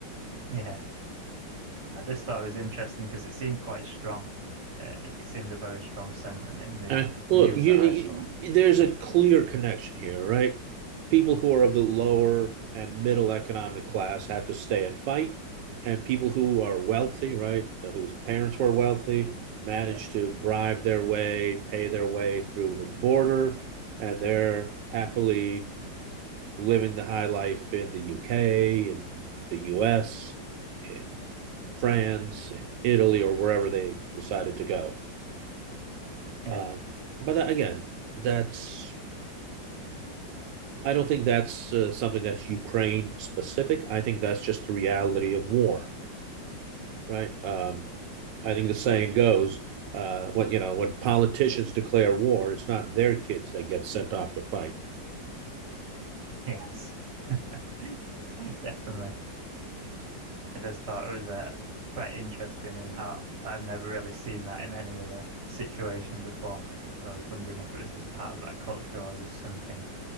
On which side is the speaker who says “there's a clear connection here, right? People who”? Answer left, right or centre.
Right